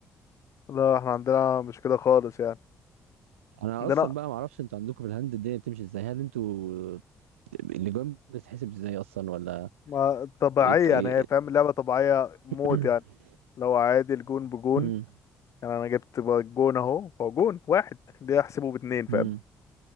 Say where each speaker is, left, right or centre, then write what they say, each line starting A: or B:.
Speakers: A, on the left; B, on the right.
A: لا احنا عندنا مش كده خالص يعني
B: انا
A: عندنا
B: اصلا بقى ما اعرفش انتوا عندكم في الهند الدنيا بتمشي ازاي هل انتوا بت- الاجوان بتتحسب ازاي اصلا ولا
A: ما طبيعية
B: ايه ايه
A: يعني هي فاهم اللعبة طبيعية
B: <clears throat>
A: موت يعني لو عادي الجون بجون
B: مم.
A: يعني أنا جبت بقى جون أهو هو جون واحد دي أحسبه باتنين فاهم
B: مم.